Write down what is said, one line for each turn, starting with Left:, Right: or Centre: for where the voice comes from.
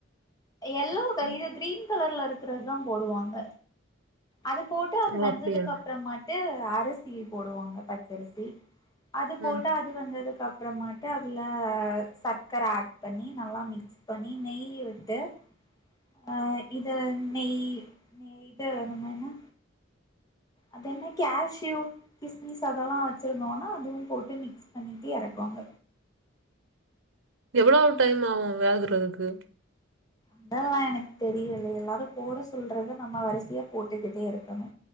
Left: எல்லோ க
Right: ம்.
Left: இது கிரீன் கலர்ல இருக் றதுதா போடுவாங்க அது போட்டு அது
Right: ஓ
Left: வெந்ததுக்கப்றமாட்டு
Right: அப்டியா
Left: அரிசி போடுவாங்க பச்சரிசி அது போட்டு
Right: ம்
Left: அது வெந்ததுக்கப் றமாட்டு அதுல சக்கர ஆட் பண்ணி நல்லா மிக்ஸ் பண்ணி நெய் விட்டு அ இத நெய் நே இது நம்ம என்ன அதென்ன கேஷ்யூ கிஸ்மிஸ் அதெல்லா வச்சிருந்தோன்னா அதுவும் போட்டு மிக்ஸ் பண்ணிட்டு எறக்குவாங்க
Right: எவ்வளோ டைம் ஆவு வேகுறதுக்கு
Left: அதெல்லா எனக்கு தெரியல எல்லாரு போட சொல்றத நம்ம வரிசையா போட்டுக்கிட்டே இருக்கணு